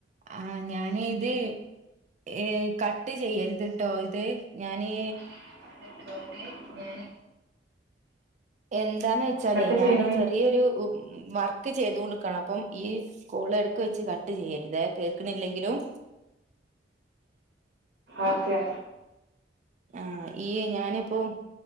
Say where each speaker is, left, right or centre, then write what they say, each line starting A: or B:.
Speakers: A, on the right; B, on the right.
A: ആഹ് ഞാനെ ഇതെ ഏഹ് കട്ട് ചെയ്യരുതിട്ടോ ഇത് ഞാന്
B: ഞാന്
A: എന്താന്ന് വെച്ചാല്
B: കട്ട്
A: ഞാന്
B: ചെയ്യുന്നില്ല
A: ചെറിയൊരു ഉം വർക്ക് ചെയ്ത കൊണ്ട്ക്കണ അപ്പം ഇയ്യ് കോള് എടക്ക് വെച്ച് കട്ട് ചെയ്യരുത കേക്കണില്ലെങ്കിലും
B: ഓക്കെ
A: ആഹ് ഈ ഞാനിപ്പം